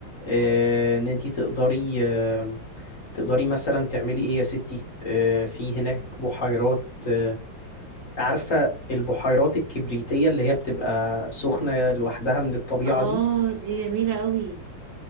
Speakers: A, on the left (about 40°); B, on the right (about 70°).
A: آه،
B: اه
A: ان انتي تقدري آه، تقدري مثلا تعملي ايه يا ستي آه، في هناك بحيرات آه، عارفة البحيرات الكبريتية اللي هي بتبقى سخنة لوحدها من الطبيعة
B: آه،
A: دي
B: دي جميله قوي